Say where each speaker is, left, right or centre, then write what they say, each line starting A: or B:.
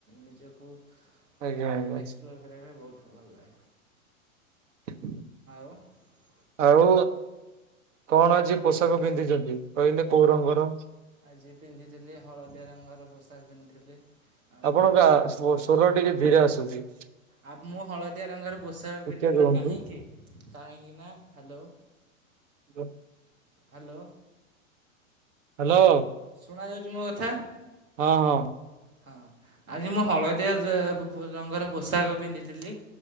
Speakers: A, on the right; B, on the right.
A: ନିଜକୁ ସମୟ,
B: ଆଜ୍ଞା ଆଜ୍ଞା
A: ଏକ୍ସପ୍ଲୋର କରିବାପାଇଁ ବହୁତ ଭଲ ଲାଗେ।
B: <inaudible>
A: <inaudible>
B: ଆଉ, କଣ ଆଜି ପୋଷାକ ପିନ୍ଧିଛନ୍ତି? କହିଲେ କୋଉ ରଙ୍ଗର?
A: ଆଜି ପିନ୍ଧିଥିଲି, ହଳଦୀଆ ରଙ୍ଗର ପୋଷାକ ପିନ୍ଧିଥିଲି ଆଉ
B: ଆପଣକା,
A: ବ୍ଲୁ
B: ସ୍ବର-ସ୍ବରଟିକେ ଧିରେ ଆସୁଛି।
A: ଆ, ମୁଁ ହଳଦୀଆ ରଙ୍ଗର ପୋଷାକ
B: ଟିକେ
A: ପିନ୍ଧିଥିଲି
B: ରୁହନ୍ତୁ
A: କାହିଁକି? କାହିଁକିନା, ହାଲୋ।
B: ହ୍ୟାଲୋ।
A: ହାଲୋ।
B: ହାଲୋ।
A: ସୁଣା ଯାଉଛି ମୋ କଥା?
B: ହଁ, ହଁ।
A: ହଁ ଆଜି ମୁଁ ହଳଦିଆ, ଡ୍ରେ-ରଙ୍ଗର ପୋଷାକ ପିନ୍ଧିଥିଲି।